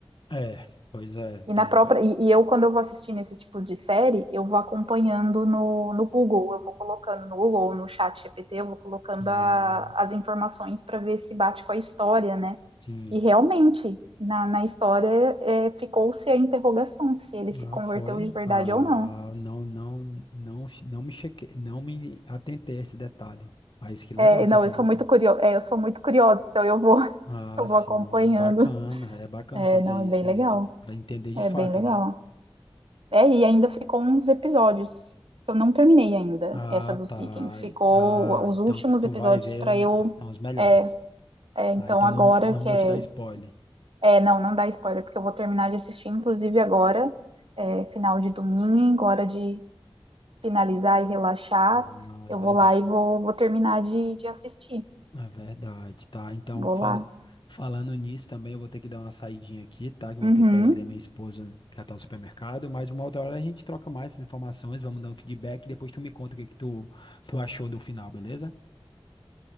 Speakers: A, on the left; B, on the right.
A: É, pois é.
B: E na
A: Tem
B: própria,
A: essa.
B: e, e eu, quando eu vou assistindo esses tipos de série, eu vou acompanhando no, no Google, eu vou colocando no Google ou no chat GPT, eu vou colocando
A: Hum,
B: a- as informações para ver se bate com a história, né?
A: sim.
B: E realmente, na, na história, é, ficou-se a interrogação se ele se
A: Ah,
B: converteu
A: foi.
B: de verdade
A: Ah,
B: ou não.
A: não, não, não, não me chequei, não me atentei a esse detalhe. Mas que legal
B: É,
A: essa
B: não,
A: informação.
B: eu sou muito curiosa, é, eu sou muito curiosa, então eu vou, <laughs>
A: Ah,
B: eu
A: sim,
B: vou acompanhando.
A: bacana. É bacana
B: É,
A: fazer
B: não,
A: isso
B: é bem
A: mesmo,
B: legal.
A: para entender de
B: É
A: fato,
B: bem legal.
A: né?
B: É, e ainda ficou uns episódios. que Eu não terminei ainda
A: Ah,
B: essa dos
A: tá.
B: Vikings. Ficou
A: Ah,
B: os
A: então
B: últimos
A: tu
B: episódios
A: vai ver,
B: para
A: o-
B: eu.
A: são os melhores.
B: É, é, então
A: Ah, então
B: agora
A: não, não
B: que
A: vou
B: é,
A: te dar spoiler.
B: é. Não, não dá spoiler, porque eu vou terminar de assistir, inclusive agora, é, final de domingo, hora de finalizar e relaxar.
A: Ah,
B: Eu
A: é verdade.
B: vou lá e vou, vou terminar de, de assistir.
A: É verdade, tá? Então,
B: Vou
A: fal-
B: lá.
A: falando nisso também, eu vou ter que dar uma saidinha aqui, tá? Que eu vou
B: Uhum.
A: ter que pegar ali a minha esposa, que ela tá no supermercado, mas uma outra hora a gente troca mais essas informações, vamos dar um feedback e depois tu me conta o que que tu, tu achou do final, beleza?